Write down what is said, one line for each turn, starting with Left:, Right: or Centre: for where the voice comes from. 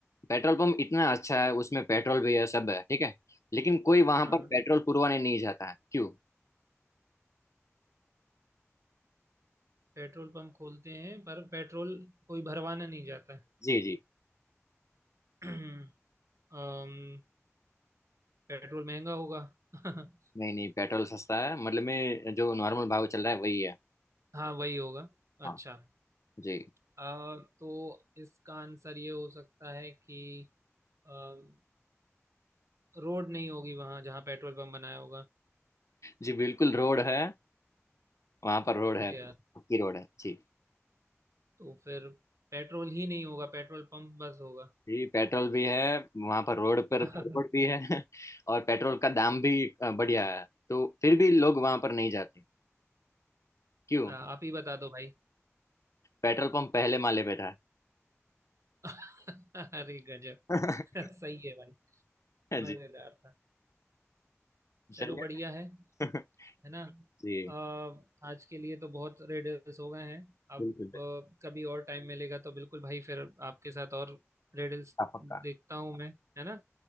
Left: पेट्रोल पंप इतना अच्छा है उसमें पेट्रोल भी है सब है ठीक है लेकिन कोई वहां
Right: हाँ
Left: पर
Right: हाँ
Left: पेट्रोल पुरवाने नहीं जाता है क्यों
Right: पेट्रोल पंप खोलते हैं पर पेट्रोल कोई भरवाना नहीं जाता
Left: जी जी
Right: है <clears throat> अम्म, पेट्रोल महंगा होगा <laughs>
Left: नहीं नहीं पेट्रोल सस्ता है मतलब में जो नॉर्मल भाव चल रहा है वही है
Right: हाँ वही होगा
Left: हाँ।
Right: अच्छा
Left: जी
Right: अ, तो इसका आंसर ये हो सकता है कि अम्म, रोड नहीं होगी वहां जहाँ पेट्रोल पंप बनाया होगा
Left: जी बिल्कुल रोड है वहां पर रोड है
Right: अरे यार
Left: पक्की रोड है जी
Right: तो फिर पेट्रोल ही नहीं होगा पेट्रोल पंप बस होगा
Left: जी पेट्रोल भी है वहां पर रोड पर
Right: <laughs>
Left: पेट्रोल भी है <laughs> और पेट्रोल का दाम भी अ, बढ़िया है तो फिर भी लोग वहां पर नहीं जाते क्यों
Right: अ, आप ही बता दो भाई
Left: पेट्रोल पंप पहले माले पे था
Right: <laughs> अरे गजब
Left: <laughs>
Right: <laughs> सही है भाई
Left: जी
Right: मजेदार था चलो
Left: चलिए
Right: बढ़िया है
Left: <laughs>
Right: है ना
Left: जी
Right: अ, आज के लिए तो बहुत रेडल्स हो गए हैं अब
Left: बिल्कुल
Right: अ, कभी और टाइम मिलेगा तो बिल्कुल भाई फिर आपके साथ और रेडल्स
Left: पक्का पक्का।
Right: देखता हूँ मैं है ना